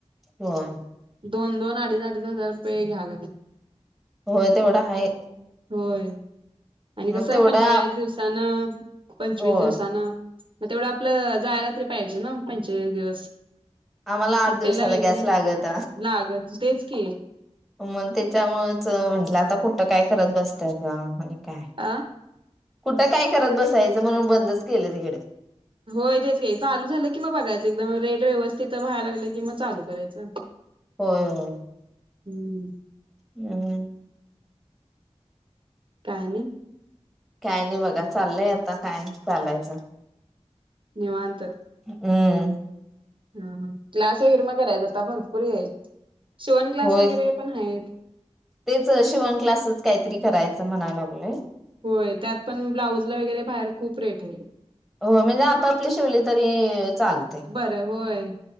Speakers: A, in the centre; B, on the right.
A: होय
B: दोन दोन अडीच. अडीच हजार रुपये घ्यायला लागल्यात.
A: होय तेवढा हाय.
B: होय आणि कसं
A: मग तेवढा
B: पंचेचाळीस दिवसान पंचवीस
A: होय
B: दिवसानं. मग तेवढं आपलं जायला तरी पाहिजे ना पंचेचाळीस दिवस.
A: आम्हाला आठ
B: हॉटेलला
A: दिवसाला
B: वगैरे
A: गॅस लागत.
B: लागत तेच की
A: मग त्याच्यामुळे म्हंटलं आता कुठं काय करत बसत म्ह काय
B: अ
A: कुठं काय करत बसायचं म्हणून बंदच केलं तिकडे.
B: होय तेच का चालू झालं कि म बघायच. एकदम रेट व्यवस्थित व्हाय लागल की, मग चालू करायचं.
A: होय होय.
B: हम्म.
A: हम्म.
B: काय नाही.
A: काय नाही बघा चाललंय आता काय. चालायचं
B: निवांत.
A: हम्.
B: ह ह क्लास वगैरे मग करायचा आता भरपूर आहे, शिवण क्लास
A: होय
B: वगैरे पण आहेत.
A: तेच शिवण क्लासच काहीतरी करायचं म्हणायला लागलोय.
B: होय त्यात पण ब्लाउज ला वगैरे बाहेर खूप रेट आहे.
A: हो म्हणजे आपापली शिवले तरी चालते.
B: बरं होय